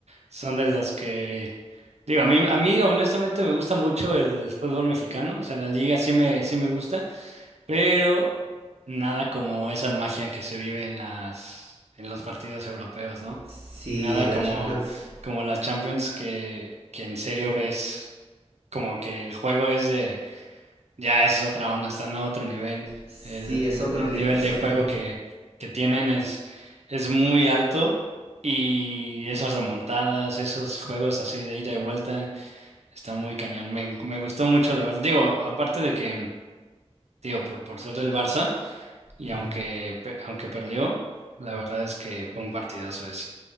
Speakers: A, on the right (about 80°); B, on the right (about 65°).
A: son de los que, digo, a mí, a mí honestamente me gusta mucho el fútbol mexicano, o sea, la liga sí me, sí me gusta. pero nada como esa magia que se vive en las en los partidos europeos, ¿no?
B: Sí,
A: Nada
B: la
A: como
B: Champions.
A: como la Champions que que en serio ves como que el juego es de ya es otra onda, están a otro nivel.
B: Sí,
A: El, el,
B: es otro,
A: el
B: ni-
A: nivel
B: es
A: de
B: otro
A: juego
B: nivel.
A: que, que tienen es, es muy alto y esas remontadas, esos juegos así de ida y vuelta, está muy cañón. Me, me gustó mucho la verdad. Digo, aparte de que, digo, por, por ser del Barça y
B: Ujú.
A: aunque, pe- aunque perdió, la verdad es que fue un partidazo ese.